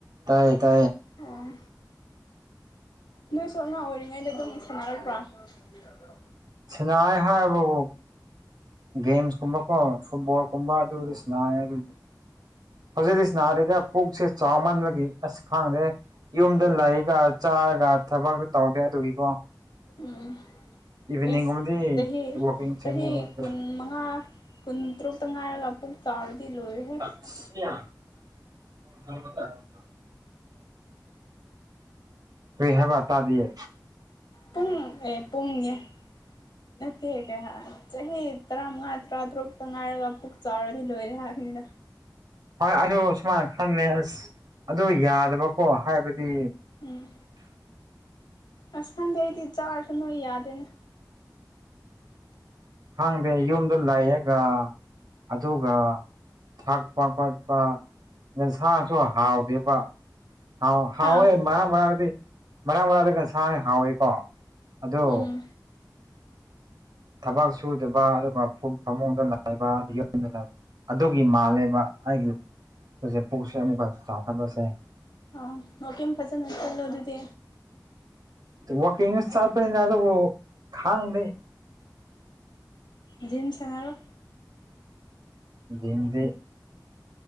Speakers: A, on the right; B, on the left.
A: ꯇꯥꯏ ꯇꯥꯏꯌꯦ
B: ꯑꯣꯎꯪ ꯅꯣꯏꯁꯨ ꯑꯉꯥꯡ ꯑꯣꯏꯔꯤꯉꯩꯗ ꯑꯗꯨꯝ ꯁꯥꯟꯅꯔꯛꯄ꯭ꯔꯣ INAUDIBLE
A: ꯁꯥꯟꯅꯔꯛꯏ ꯍꯥꯏꯕꯕꯨ ꯒꯦꯝꯁꯀꯨꯝꯕꯀꯣ ꯐꯨꯠꯕꯣꯜ ꯀꯨꯝꯕ ꯑꯗꯨꯁꯨꯨ ꯁꯥꯟꯅꯩꯌꯦ ꯑꯗꯨꯝ ꯍꯧꯖꯤꯛꯇꯤ ꯁꯥꯟꯅꯗ꯭ꯔꯦꯗ ꯄꯨꯛꯁꯦ ꯆꯥꯎ ꯃꯟꯕꯒꯤ ꯑꯁ ꯈꯪꯗ꯭ꯔꯦ ꯌꯨꯝꯗ ꯂꯩꯒ ꯆꯥꯔꯒ ꯊꯕꯛꯇꯤ ꯇꯧꯗꯦ ꯑꯗꯨꯒꯤꯀꯣ
B: ꯎꯪꯎꯪ
A: ꯏꯚꯤꯅꯤꯡꯒꯨꯝꯕꯗꯤ
B: ꯏꯁ ꯆꯍꯤ
A: ꯋꯥꯛꯀꯤꯡ ꯆꯠꯂꯦꯕ
B: ꯆꯍꯤ
A: ꯑꯗꯨ
B: ꯀꯨꯟ ꯃꯉꯥ ꯀꯨꯟꯇ꯭ꯔꯨꯛꯇ ꯉꯥꯢꯔꯒ ꯄꯨꯛ ꯆꯥꯎꯔꯗꯤ ꯂꯣꯢꯔꯦꯍꯦ
A: INAUDIBLE ꯀ꯭ꯔꯤ ꯍꯥꯏꯕ ꯇꯥꯗꯤꯌꯦ
B: ꯄꯨꯡ ꯑꯦ ꯄꯨꯡꯌꯦ ꯅꯠꯇꯦ ꯀꯩꯍꯥꯏ ꯆꯍꯤ ꯇꯔꯥꯃꯉꯥ ꯇꯔꯥ ꯇꯔꯨꯛꯇ ꯉꯥꯏꯔꯒ ꯄꯨꯛ ꯆꯥꯎꯔꯗꯤ ꯂꯣꯏꯔꯦ ꯍꯥꯏꯕꯅꯤꯗ
A: ꯍꯣꯏ ꯑꯗꯨ ꯁꯨꯃꯥꯏꯅ ꯈꯜꯂꯦ ꯑꯥꯁ ꯑꯗꯨ ꯌꯥꯗꯕꯀꯣ ꯍꯥꯏꯕꯗꯤ
B: ꯎꯪ ꯑꯥꯁ ꯈꯪꯗꯦ ꯑꯩꯗꯤ ꯆꯥꯔꯁꯨꯅꯣꯏ ꯌꯥꯗꯦꯅꯦ
A: ꯈꯪꯗꯦ ꯌꯨꯝꯗ ꯂꯩꯔꯒ ꯑꯗꯨꯒ ꯊꯛꯄ-ꯈꯣꯠꯄ ꯌꯦꯟꯁꯥꯁꯨ ꯍꯥꯎꯗꯦꯕꯥ ꯍꯥꯎ ꯍꯥꯎꯋꯦ
B: ꯍꯥ
A: ꯃꯔꯛ ꯃꯔꯛꯗꯤ ꯃꯔꯥꯡ ꯃꯔꯥꯡꯗꯤ ꯉꯁꯥꯥꯢ ꯍꯥꯎꯋꯦꯀꯣ ꯑꯗꯨ
B: ꯎꯝ
A: ꯊꯕꯛ ꯁꯨꯗꯕ ꯑꯗꯨꯒ ꯐ ꯐꯃꯨꯡꯗ ꯅꯩꯕ ꯃꯤꯉꯣꯟꯗꯅ ꯑꯗꯨꯒꯤ ꯃꯥꯜꯂꯦꯕ ꯑꯩꯒꯤ ꯄꯨꯛꯁꯦ ꯑꯃꯨꯛꯀ ꯆꯥꯎꯈꯠꯄꯁꯦ
B: ꯑꯥ ꯋꯥꯀꯤꯡ ꯐꯖꯅ ꯆꯠꯂꯣ ꯑꯗꯨꯗꯤ
A: ꯋꯥꯀꯤꯡꯒ ꯆꯠꯄꯅꯤꯗ ꯑꯗꯨꯕꯨ ꯈꯪꯗꯦ
B: ꯖꯤꯝ ꯁꯥꯟꯅꯔꯣ
A: ꯖꯤꯝꯗꯤ